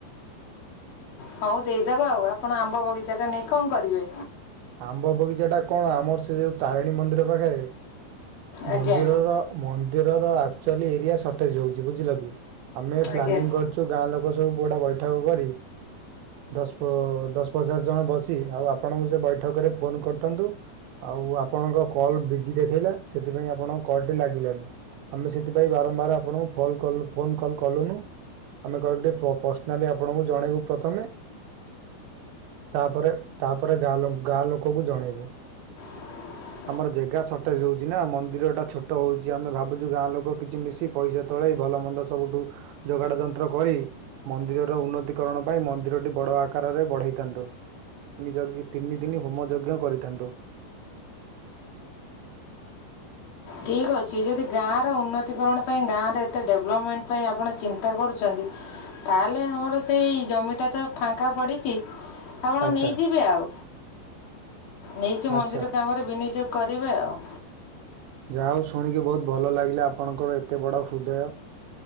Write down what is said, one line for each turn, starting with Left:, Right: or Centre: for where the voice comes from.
Left: ହଉ ଦେଇଦବା ଆଉ। ଆପଣ ଆମ୍ବ ବଗିଚା ଟା ନେଇ କଣ କରିବେ?
Right: ଆମ୍ବ ବଗିଚା ଟା କଣ ଆମର ସେ ଯୋଉ ତାରିଣୀ ମନ୍ଦିର ପାଖରେ
Left: ଆଜ୍ଞା
Right: ମନ୍ଦିରର ମନ୍ଦିରରଚୁ ଏରିଆ ସଟେଜ୍ ହଉଛି ବୁଝିଲ କି। ଆମେ
Left: ଆଜ୍ଞା
Right: ପ୍ଲାନିଂ କରିଛୁ ଛୁ ଗାଁ ଲୋକ ସବୁ <unintelligible> ବୈଠକ କରି। ଦଶ ପ-ଦଶ ପଚାଶ ଜଣ ବସି ଆଉ ଆପଣଙ୍କୁ ସେ ବୈଠକରେ ଫୋନ୍ କରିଥାନ୍ତୁ। ଆଉ ଆପଣଙ୍କ କଲ୍ ବିଜି ଦେଖେଇଲା ସେଥିପାଇଁ ଆପଣଙ୍କ କଲ୍ ଟି ଲାଗିଲାନି। ଆମେ ସେଥିପାଇଁ ବାରମ୍ବାର ଆପଣଙ୍କୁ ଫୋଲ୍ କଲୁ ଫୋନ୍ କଲ୍ କଲୁନୁ। ଆମେ କହିଲୁ ଟିକେ ପ-ପର୍ସନାଲି ଆପଣଙ୍କୁ ଜଣେଇବୁ ପ୍ରଥମେ। ତାପରେ ତାପରେ ଗାଁ ଲୋ-ଗାଁ ଲୋକକୁ ଜଣେଇବୁ।
Left: ହ
Right: ଆମର ଜେଗା ସଟେଜ୍ ହଉଛି ନା, ମନ୍ଦିର ଟା ଛୋଟ ହଉଛି। ଆମେ ଭାବୁଛୁ ଗାଁ ଲୋକ କିଛି ମିଶି ପଇସା ତଳେଇ ଭଲ ମନ୍ଦ ସବୁଠୁ ଯୋଗାଡ ଯନ୍ତ୍ର କରି ମନ୍ଦିରର ଉନ୍ନତିକରଣ ପାଇଁ ମନ୍ଦିରଟି ବଡ ଆକାରରେ ବଢେଇଥାନ୍ତୁ ନିଜ ତିନି ତିିନି ଦିନ ହୋମ ଯଜ୍ଞ କରିଥାନ୍ତୁ।
Left: ଠିକ୍ ଅଛି ଯଦି ଗାଁର ଉନ୍ନତିକରଣ ପାଇଁ ଗାଁର ଏତେ ଡେଭଲପମେଣ୍ଟ ପାଇଁ ଆପଣ ଚିନ୍ତା କରୁଛନ୍ତି। ତାହେଲେ ଆମର ସେଇ ଜମିଟା ତ ଫାଙ୍କା ପଡ଼ିଛି ଆପଣ
Right: ଆଚ୍ଛା
Left: ନେଇଯିବେ ଆଉ। ନେଇକି ମନ୍ଦିର
Right: ଆଚ୍ଛା
Left: କାମରେ ବିନିଯୋଗ କରିବେ ଆଉ।
Right: ଯାହା ହଉ ଶୁଣିକି ବହୁତ୍ ଭଲ ଲାଗିଲା ଆପଣଙ୍କର ଏତେ ବଡ଼ ହୃଦୟ।